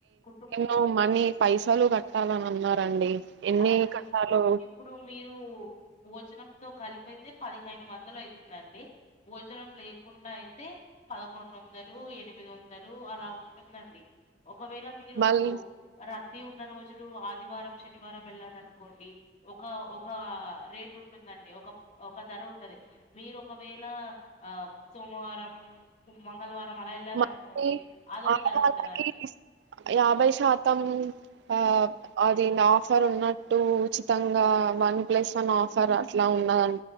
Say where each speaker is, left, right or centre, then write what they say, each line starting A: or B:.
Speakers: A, on the left (about 40°); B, on the right (about 65°).
A: కుటుంబం
B: ఓ మనీ పైసలు కట్టాలని అన్ అన్నారండి ఎన్ని
A: అవునండి
B: కట్టాలో
A: ఇప్పుడు మీరు భోజనంతో కలిపి అయితే పదిహేను వందలు అవుతుందండి భోజనం లేకుండా అయితే పదకొండు వందలు ఎనిమిది వందలు అలా ఉంటుందండి ఒకవేళ మీరు
B: మళ్ళీ
A: రద్దీ ఉన్న రోజులు ఆదివారం శనివారం వెళ్ళాలనుకోండి ఒక ఒక రేట్ ఉంటుందండి ఒక ఒక ధర ఉంటది మీరు ఒకవేళ ఆ సోమవారం మంగళవారం అలా వెళ్ళారనుకోండి
B: మళ్ళీ
A: అదొక
B: ఆడవాళ్ళకి
A: ధర ఉంటుందండి
B: యాభై శాతం ఆ అది ఆఫర్ ఉన్నట్టు ఉచితంగా వన్ ప్లస్ వన్ ఆఫర్ అట్లా ఉన్నదం